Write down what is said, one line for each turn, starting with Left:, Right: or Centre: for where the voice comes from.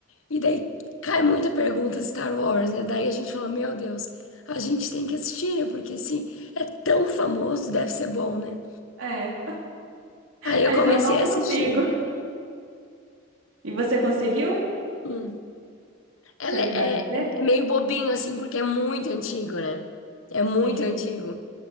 Left: e daí cai muita pergunta Star Wars, né? Daí a gente fala, meu Deus, a gente tem que assistir, né? Porque assim, é tão famoso, deve ser bom, né?
Right: É,
Left: Aí
Right: mas
Left: eu comecei
Right: eu não
Left: a
Right: consigo.
Left: assistir.
Right: E você conseguiu
Left: Hum. Ela
Right: terminar
Left: é,
Right: de
Left: é,
Right: ver?
Left: é meio bobinho, assim, porque é muito antigo, né? É muito
Right: Sim.
Left: antigo.